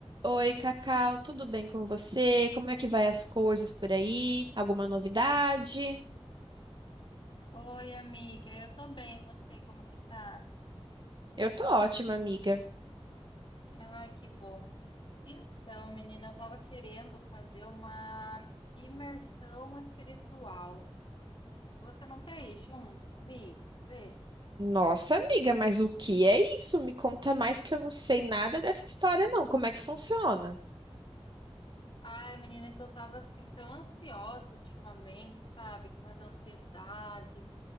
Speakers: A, on the right (about 45°); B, on the left (about 50°).
A: Oi, Cacau, tudo bem com você? Como é que vai as coisas por aí? Alguma novidade?
B: Oi, amiga, eu tô bem, e você, como que tá?
A: Eu tô ótima, amiga.
B: Ai, que bom. Então, menina, eu tava querendo fazer uma imersão espiritual. Você não quer ir junto comigo fazer?
A: Nossa, amiga, mas o que é isso? Me conta mais que eu não sei nada dessa história, não. Como é que funciona?
B: Ai, menina, que eu tava assim tão ansiosa ultimamente, sabe? Com umas ansiedade,